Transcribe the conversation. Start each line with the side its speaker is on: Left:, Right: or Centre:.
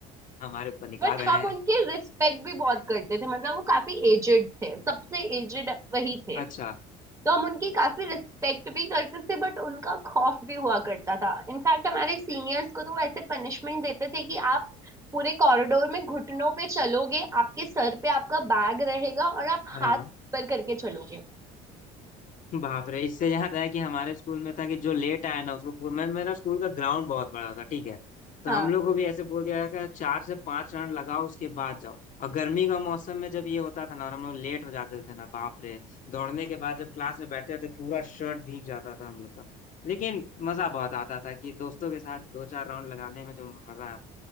Left: हमारे ऊपर निकाल
Right: बट
Left: रहे
Right: हम
Left: हैं
Right: उनकी रिस्पेक्ट भी बहुत
Left: <laughs>
Right: करते थे मतलब वो काफी एजेड थे सबसे एजेड वही थे
Left: अच्छा
Right: तो हम उनकी काफी रिस्पेक्ट भी करते थे बट उनका खौफ भी हुआ करता था इनफैक्ट हमारे सीनियर्स को तो वो ऐसे पनिशमेंट देते थे कि आप पूरे कॉरिडोर में घुटनों पे चलोगे आपके सर पे आपका बैग रहेगा और आप हाथ
Left: हाँ
Right: ऊपर करके चलोगे
Left: बाप रे इससे याद आया कि हमारे स्कूल में था कि जो लेट आया ना उसको पूरा मैं मेरा स्कूल का ग्राउंड बहुत बड़ा था ठीक है तो
Right: हाँ
Left: हम लोग को भी ऐसे बोल दिया था चार से पांच राउंड लगाओ उसके बाद जाओ और गर्मी का मौसम में जब ये होता था ना और हम लोग लेट हो जाते थे ना बाप रे दौड़ने के बाद जब क्लास में बैठते थे पूरा शर्ट भीग जाता था हम लोग का लेकिन मजा बहुत आता था कि दोस्तों के साथ दो चार राउंड लगाने में जो मजा आया